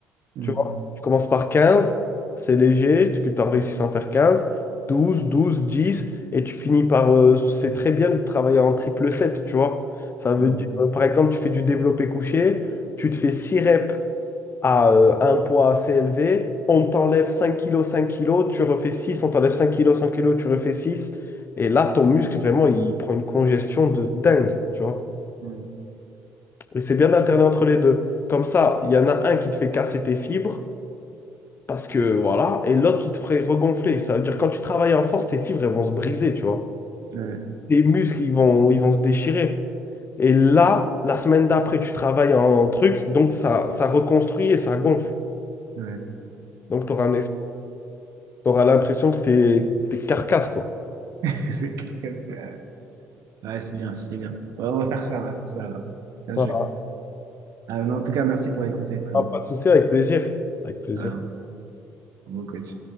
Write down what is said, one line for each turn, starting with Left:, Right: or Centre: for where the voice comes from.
Right: mm,
Left: Tu vois, tu commences par quinze c'est léger, tu en réussis sans faire quinze douze douze dix et tu finis par... euh, c'est très bien de travailler en triple 7, tu vois. Ça veut
Right: mm,
Left: dire, euh, par exemple, tu fais du développé couché, tu te fais 6 reps à euh, un poids assez élevé, on t'enlève 5 kilos, 5 kilos, tu refais six on t'enlève cinq kilos, 5 kilos, tu refais 6 et là, ton muscle, vraiment, il prend une congestion de dingue, tu vois.
Right: mm.
Left: Et c'est bien d'alterner entre les deux. Comme ça, il y en a un qui te fait casser tes fibres, parce que voilà, et l'autre qui te ferait regonfler. Ça veut dire quand tu travailles en force, tes fibres elles vont se briser, tu vois.
Right: Ouais,
Left: Tes muscles ils vont, ils vont se déchirer. Et là, la semaine d'après, tu travailles en truc, donc ça, ça reconstruit et ça gonfle.
Right: ouais.
Left: Donc tu auras l'impression que t'es, t'es carcasse, quoi.
Right: <laughs> C'est quelqu'un, c'est, euh, ouais, c'est bien, c'est bien. Ouais, on va faire ça, on va faire ça alors. Bien
Left: Voilà.
Right: joué. Ah, mais en tout cas, merci pour les conseils, frérot.
Left: Pas de souci, avec plaisir. Avec plaisir.
Right: Alors, bon coach.